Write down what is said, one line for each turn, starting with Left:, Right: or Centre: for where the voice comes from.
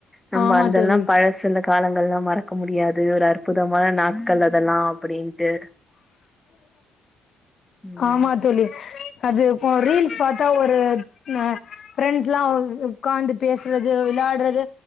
Centre: நம்ப
Left: ஆமா
Centre: அதெல்லாம்
Left: தோழி
Centre: பழசு இந்த காலங்கள்லா மற க்க முடியாது ஒரு அற்புதமான நாட்கள் அதெல்லா அப்புடின்ட்டு ம்
Left: ஆமா தோழி அது இப்ப ரீல்ஸ் பாத்தா ஒரு அ ஃப்ரெண்ட்ஸ் எல்லா உட்காந்து பேசுறது விளாடுறது